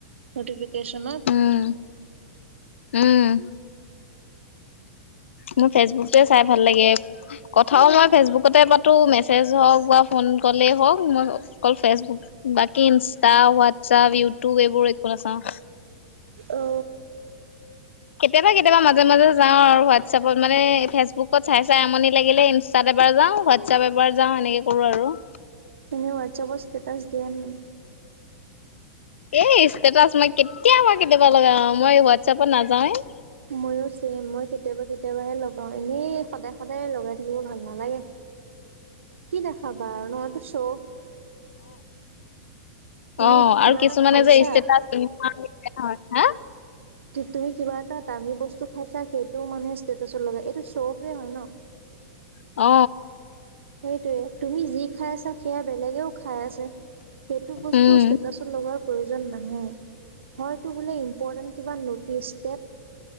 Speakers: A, on the right; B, on the left.
A: নটিফিকেশ্যনত।
B: উম, উম। মোৰ ফেচবুকটোৱে চাই ভাল লাগে। কথাও মই ফেচবুকতে পাতো, মেছেজ হওঁক বা ফোন কল হওঁক মই অকল ফেচবুক বাকী ইনষ্টা, হোৱাটছআপ, ইউটিউব এইবোৰ একো নাচাওঁ।
A: অ।
B: কেতিয়াবা কেতিয়াবা মাজে - মাজে যাও আৰু হোৱাটছএপত মানে ফেচবুকত চাই - চাই আমনি লাগিলে ইনষ্টাতে এবাৰ যাও হোৱাটছাপ এবাৰ যাওঁ সেনেকে কৰো আৰু।
A: এনে ৱাটচাপত ষ্টেটাচ দিয়া নে নাই?
B: এ ষ্টেটাছ মই কেতিয়াবা-কেতিয়াবা লগাও। মই হোৱাটছাপত নাযাওৱেই।
A: ময়ো ছেম। মই কেতিয়াবা কেতিয়াবাহে লগাওঁ। এনেই সদায় সদায় লগাই থাকিব ভাল নালাগে। কি দেখাবা আৰু ন চৌ তুমি
B: অ-অ
A: কিবা
B: আৰু কিছুমানে
A: এটা খাইছা
B: যে ষ্টেটাছ হয় হা
A: তুমি কিবা এটা দামী বস্তু খাইছা সেইটো মানে ষ্টেটাচত লগা এইটো চৌ অফে হয় ন? <inaudible>
B: অ।
A: সেইটোৱে, তুমি যি খাই আছা সেয়া বেলেগেও খাই আছে। সেইটো বস্তু
B: উম
A: ষ্টেটাছত লগোৱা প্ৰয়োজন নাহে। বোলে হয়টো বোলে ইনপৰ্তেন্ত কিবা ন'টিছ।